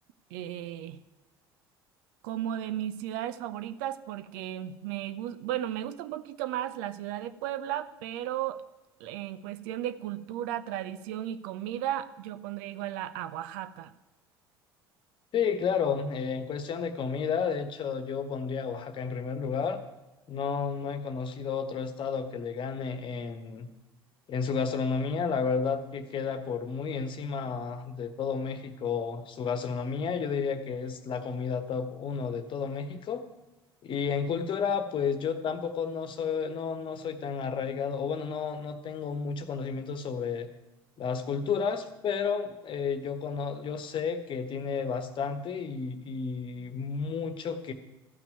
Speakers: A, on the right; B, on the left.
A: eh, como de mis ciudades favoritas porque me gusta, bueno, me gusta un poquito más la ciudad de Puebla, pero en cuestión de cultura, tradición y comida, yo pondría igual a, a Oaxaca.
B: Sí, claro, eh, en cuestión de comida, de hecho yo pondría a Oaxaca en primer lugar. No, no he conocido otro estado que le gane en, en su gastronomía. La verdad que queda por muy encima de todo México su gastronomía. Yo diría que es la comida top uno de todo México. Y en cultura, pues yo tampoco no soy, no, no soy tan arraigado, o bueno, no, no tengo mucho conocimiento sobre las culturas, pero eh, yo, cono- yo sé que tiene bastante y, y mucho